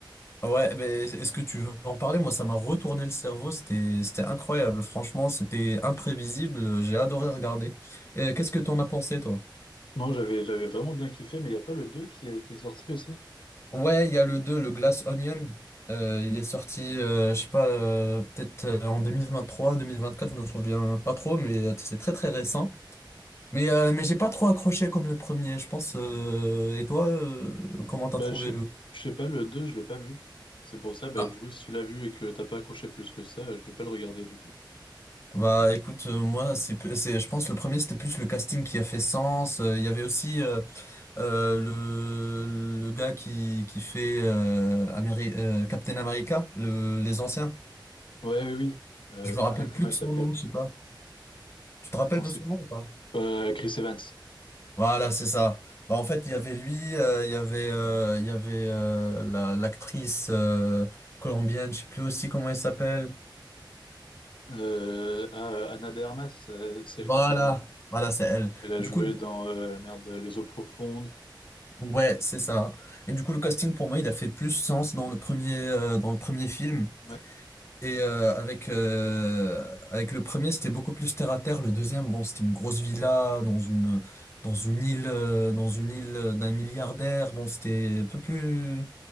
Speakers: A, on the left (about 30°); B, on the left (about 80°).
A: Ouais, mais est-ce que tu veux en parler? Moi, ça m'a retourné le cerveau. C'était, c'était incroyable. Franchement, c'était imprévisible. J'ai adoré regarder. Euh, qu'est-ce que t'en as pensé, toi?
B: Non, j'avais, j'avais vraiment bien kiffé, mais il n'y a pas le 2 qui est, qui est sorti aussi?
A: Ouais, il y a le 2 le Glass Onion. Euh, il est sorti, euh, je sais pas, euh, peut-être euh, en 2023, 2024, je me souviens pas trop, mais euh, c'est très très récent. Mais, euh, mais j'ai pas trop accroché comme le premier, je pense. euh, et toi, euh, comment t'as
B: Bah,
A: trouvé
B: je sais,
A: le...
B: je sais pas, le 2 je l'ai pas vu. C'est pour ça, bah,
A: Ah.
B: du coup, si tu l'as vu et que t'as pas accroché plus que ça, euh, je vais pas le regarder, du coup.
A: Bah écoute, euh, moi, c'est, plus- c'est, je pense le premier, c'était plus le casting qui a fait sens. Euh, Il y avait aussi... Euh, le, le gars qui, qui fait euh, Améri- euh, Captain America, le- les anciens.
B: Ouais, oui, oui. Euh,
A: Je me
B: putain,
A: rappelle
B: comment
A: plus
B: il
A: de
B: s'appelle?
A: son nom, je sais pas. Tu te
B: Attends,
A: rappelles de
B: c'est
A: son
B: quoi?
A: nom ou pas?
B: Euh, Chris Evans.
A: Voilà, c'est ça. Bah, en fait, il y avait lui, euh, il y avait, euh, il y avait euh, la, l'actrice euh, colombienne, je sais plus aussi comment elle s'appelle.
B: Euh, ah, euh, Ana de Armas, euh, celle
A: Voilà,
B: qui,
A: voilà, c'est elle.
B: elle a
A: Du
B: joué
A: coup,
B: dans, euh, merde, Les Eaux Profondes.
A: ouais, c'est ça. Et du coup, le casting pour moi, il a fait plus sens dans le premier, euh, dans le premier film.
B: Ouais.
A: Et euh, avec euh, avec le premier, c'était beaucoup plus terre à terre. Le deuxième, bon, c'était une grosse villa dans une dans une île euh, dans une île euh, d'un milliardaire. Bon, c'était un peu plus.